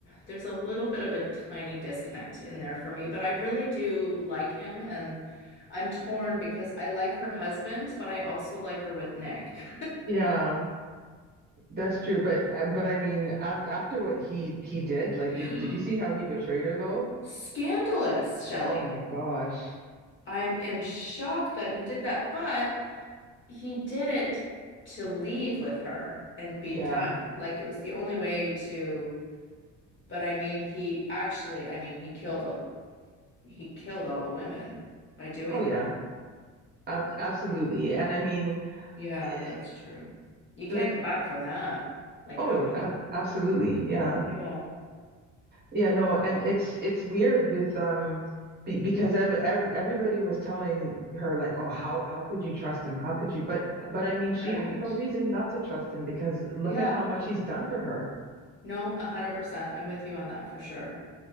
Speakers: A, on the left; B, on the right.
A: there's a little bit of a tiny disconnect in there for me, but I really do like him and I'm torn because I like her husband, but I also like her with Nick.
B: Yeah, that's true. But uh, but I mean, af after what he he did, like,
A: <gasps>
B: did did you see how he betrayed her though?
A: Scandalous, Shelley.
B: Oh my gosh.
A: I'm in shock that he did that, but he did it to leave with her and be
B: Yeah.
A: done. Like it was the only way to, but I mean, he actually, I mean, he killed he killed all the women by doing
B: Oh yeah.
A: that.
B: Ab absolutely. And I mean,
A: Yeah,
B: eh,
A: that's true. You can't
B: like,
A: go back from that. Like
B: oh,
A: how could,
B: ab absolutely. Yeah.
A: <laughs> yeah,
B: Yeah. No. And it's it's weird with um be because ev ev everybody was telling her like, oh, how how could you trust him? How could you? But but I mean, she
A: right.
B: had no reason not to trust him because look
A: Yeah.
B: at how much he's done for her.
A: No, 100%. I'm with you on that for sure.